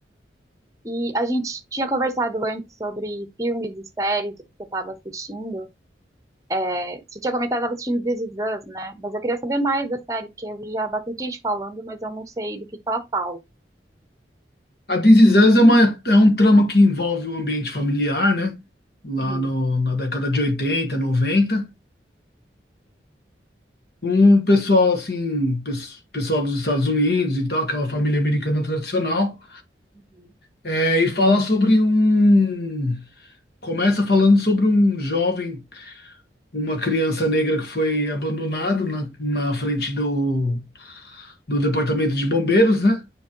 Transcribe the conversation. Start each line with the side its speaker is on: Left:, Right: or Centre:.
Right: E a gente tinha conversado antes sobre filmes e séries que você estava assistindo. É, você tinha comentado que estava assistindo This Is Us, né? Mas eu queria saber mais da série, porque eu vi já bastante gente falando, mas eu não sei do que que ela fala.
Left: A This Is Us é, uma, é um trama que envolve o ambiente familiar, né? Lá
Right: Uhum,
Left: no, na década de 80, noventa, Um pessoal, assim, pes- pessoal dos Estados Unidos e tal, aquela família americana tradicional.
Right: uhum,
Left: É, e fala sobre um. Começa falando sobre um jovem, uma criança negra que foi abandonada na, na frente do do departamento de bombeiros, né?